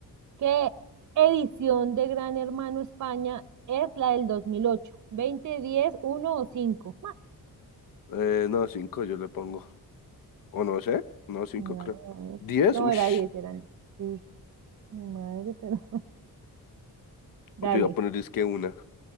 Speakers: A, on the right; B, on the left.
A: ¿Qué edición de Gran Hermano España es la del 2008? ¿20, 10, 1 o 5? Ah,
B: Eh, no, cinco yo le pongo. O no sé. No, cinco
A: mira,
B: creo.
A: voy a ver.
B: Diez,
A: No
B: ush.
A: era 10 eran. Sí, mi madre, pero. <laughs> Dale.
B: Yo voy a poner es que una.